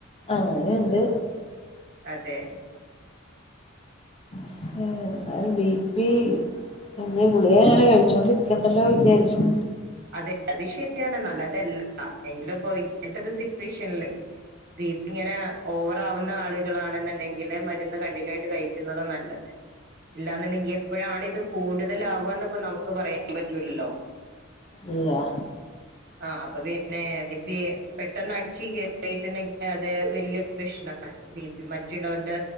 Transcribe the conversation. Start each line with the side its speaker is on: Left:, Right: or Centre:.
Left: അങ്ങെനേണ്ട്
Right: അതെ
Left: ഷെ ന്നാലും വീ പി പിന്നേം ഗുളികെങ്ങെനെ കഴ്ച്ചോണ്ടിരിക്കണ്ടല്ലോ വിചാരിക്കും
Right: അതെ അത് ശരിയാണ് നല്ലതെല്ലാ എങ്കിലും പ്പോ ഇങ്ങെൻത്താെക്കെ സിറ്റുവേഷൻല് ബീ പ്പി ങ്ങെനെ ഓവറാവുന്ന ആള്കളാണ്ന്ന്ണ്ടെങ്കില് മ ര്ന്ന് കണ്ടിന്യൂ ആയ്ട്ട് കഴിക്ക്ന്നതാ നല്ലെത് ഇല്ലാന്ന്ണ്ടെങ്കി എപ്പഴാണ് ഇത് കൂട്തലാവാന്ന്പ്പം നമുക്ക് പറയാം പറ്റൂലല്ലോ
Left: ഇല്ലാ
Right: ആഹ് അപ്പ പിന്നെ ബീ പ്പി പെട്ടെന്ന് അടിച്ച് കേറീട്ട്ണ്ടെങ്കി അത് വെല്യാെര് പ്രശ്നാണ് ബീ പി മറ്റുള്ളോണ്ട്